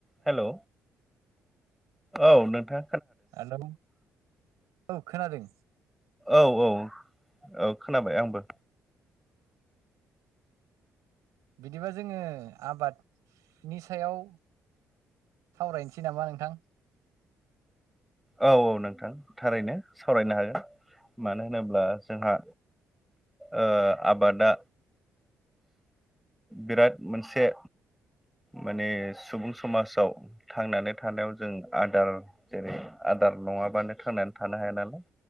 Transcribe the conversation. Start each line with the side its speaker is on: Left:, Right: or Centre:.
Centre: Hello औ नोंथा
Right: hello औ खोनादों
Centre: औ औ औ खोनाबाय आंबो।
Right: बिदिबा जोङो आबादनि सायाव सावरायनोसै नामा नोंथां?
Centre: औ औ नोंथां थारैनो सावरायनो हागोन मानो होनोब्ला जोंहा ओ आबाद दा बिराद मोनसे माने सुबुं समाजाव थांनानै थानायाव जों आदार जेरै आदार नङाबानो थांनानै थानो हाया नालाय